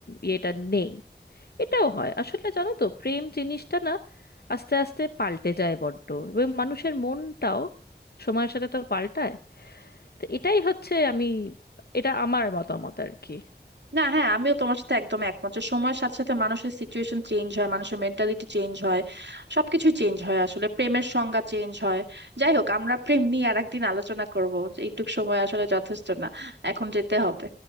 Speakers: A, on the left; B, on the right.
A: ইয়েটা নেই এটাও হয় আসলে জানো তো প্রেম জিনিসটা না আস্তে আস্তে পাল্টে যায় বড্ড এবং মানুষের মনটাও সময়ের সাথে তো পাল্টায় তো এটাই হচ্ছে আমি এটা আমার মতামত আর কি
B: না হ্যাঁ আমিও তোমার সাথে একদম একমত যে সময়ের সাথে সাথে মানুষের সিচুয়েশন চেঞ্জ হয় মানুষের মেন্টালিটি চেঞ্জ হয় সবকিছু চেঞ্জ হয় আসলে প্রেমের সংজ্ঞা চেঞ্জ হয় যাই হোক আমরা প্রেম নিয়ে আর একদিন আলোচনা করবো এইটুক সময় আসলে যথেষ্ট না এখন যেতে হবে